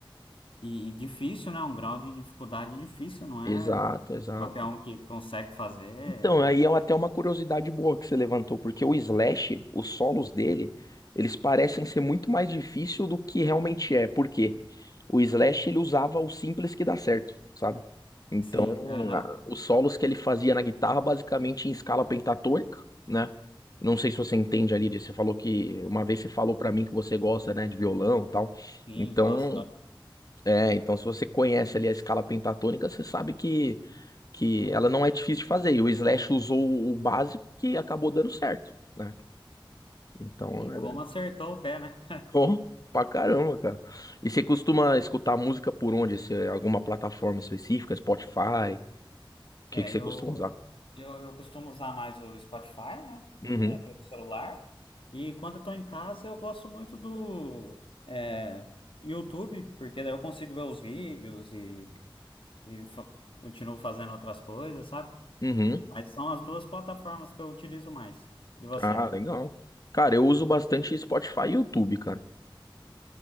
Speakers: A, on the left; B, on the left.
A: E, e difícil, né? Um grau de dificuldade difícil, não
B: Exato,
A: é
B: exato.
A: qualquer um que consegue fazer. é-
B: Então, aí é até uma curiosidade boa que você levantou, porque o Slash, os solos dele, eles parecem ser muito mais difícil do que realmente é. Por quê? O Slash, ele usava o simples que dá certo, sabe? Então,
A: Sim, aham.
B: a- os solos que ele fazia na guitarra, basicamente em escala pentatônica, né? Não sei se você entende ali, disso, você falou que uma vez você falou pra mim que você gosta, né, de violão e tal.
A: Sim,
B: Então,
A: gosto, gosto.
B: é, então se você conhece ali a escala pentatônica, você sabe que que ela não é difícil de fazer. E o Slash usou o básico que acabou dando certo, né? Então,
A: E
B: é,
A: como
B: é-
A: acertou o pé, né?
B: oh, pra caramba,
A: E-
B: cara. E você costuma escutar música por onde? Se é alguma plataforma específica, Spotify? O que
A: É,
B: que você
A: eu,
B: costuma usar?
A: eu, eu costumo usar mais o Spotify, né?
B: Uhum,
A: É, pelo celular. E quando eu tô em casa, eu gosto muito do é, YouTube, porque daí eu consigo ver os vídeos e, e fa- continuo fazendo outras coisas, sabe?
B: uhum.
A: Mas são as duas plataformas que eu utilizo mais. E você?
B: Ah, legal. Cara, eu uso bastante Spotify e YouTube, cara.